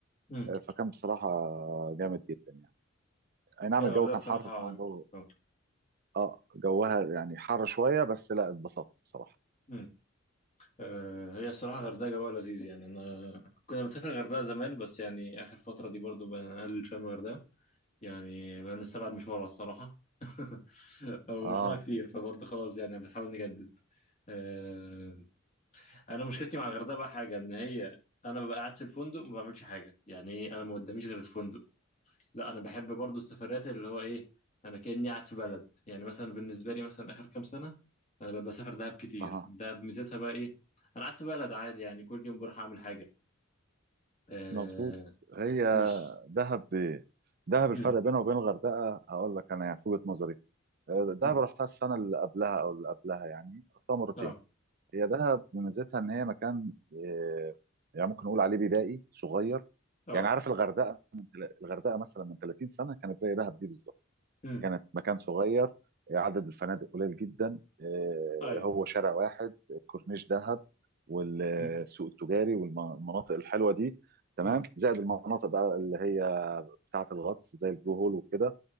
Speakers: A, on the left; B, on the right.
A: امم
B: آه، فكان بصراحه جامد جدا يعني اي نعم
A: هي
B: الجو
A: الغردقه
B: كان
A: الصراحه
B: حر طبعا جو
A: اه
B: اه جوها يعني حر شويه بس لا اتبسطت بصراحه
A: امم آه، هي الصراحه الغردقه جوها لذيذ يعني انا كنا بنسافر الغردقه زمان بس يعني اخر فتره دي برضو بنقلل شويه من الغردقه يعني بنستبعد مشوارها الصراحه <laughs> او
B: اه
A: رحناها كتير فبرضو خلاص يعني بنحاول نجدد آه، انا مشكلتي مع الغردقه بقى حاجه ان هي انا ببقى قاعد في الفندق ما بعملش حاجه يعني ايه انا ما قداميش غير الفندق لا انا بحب برضو السفرات اللي هو ايه انا كاني قاعد في بلد يعني مثلا بالنسبه لي مثلا اخر كام سنه انا ببقى بسافر دهب كتير
B: اه
A: دهب ميزتها بقى ايه انا قاعد في بلد عادي يعني كل يوم بروح اعمل حاجه آه
B: مظبوط هي
A: مش
B: دهب ب... دهب الفرق
A: مم.
B: بينها وبين الغردقه هقول لك انا يعني في وجهه نظري آه، دهب
A: مم.
B: رحتها السنه اللي قبلها او اللي قبلها يعني رحتها مرتين
A: اه
B: هي دهب ميزتها ان هي مكان آه، يعني ممكن نقول عليه بدائي صغير
A: اه
B: يعني عارف الغردقه من تل... الغردقه مثلا من 30 سنه كانت زي دهب دي بالظبط
A: مم.
B: كانت مكان صغير عدد الفنادق قليل جدا آه،
A: ايوه
B: هو شارع واحد كورنيش دهب والسوق
A: مم.
B: التجاري والمناطق الحلوه دي تمام
A: مم.
B: زائد المناطق بقى اللي هي بتاعه الغطس زي البلو هول وكده